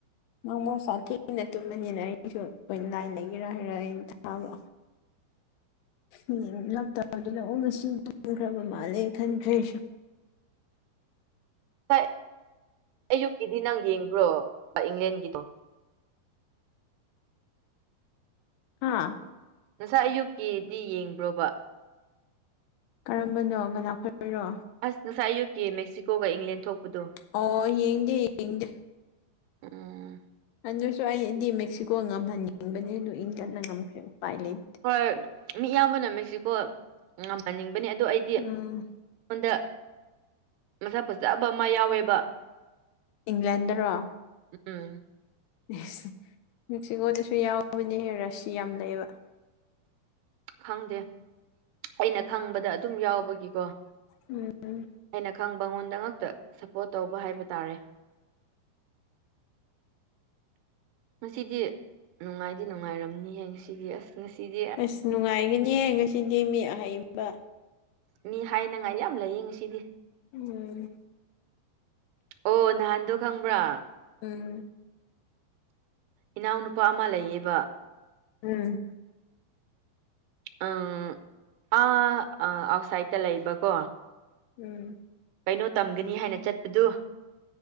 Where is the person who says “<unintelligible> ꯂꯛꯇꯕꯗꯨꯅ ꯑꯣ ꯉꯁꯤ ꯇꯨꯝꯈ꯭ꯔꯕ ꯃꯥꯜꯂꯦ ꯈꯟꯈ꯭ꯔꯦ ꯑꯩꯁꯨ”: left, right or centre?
Left